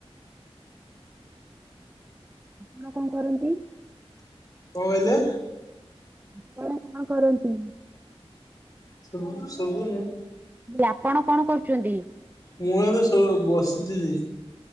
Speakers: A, on the right; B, on the left.
A: ଆପଣ କଣ କରନ୍ତି?
B: କଣ କହିଲେ?
A: ଆପଣ କଣ କରନ୍ତି?
B: ଶୁବୁ ଶୁବୁନି।
A: ଆପଣ କଣ କରୁଚନ୍ତି?
B: ମୁଁ ଏବେ ଶୋ ବସିଥିଲି।